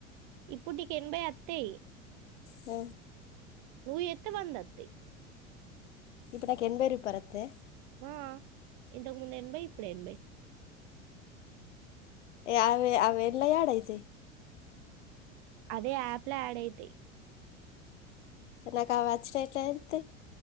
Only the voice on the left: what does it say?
అ
ఇప్పుడు నాక్ ఎనభై రూపాయిలు వత్తయ
అవ అవి ఎట్ల యాడ్ అయితాయి
నాకు ఆ వచ్చిన ఎట్లా తెలుస్తాయి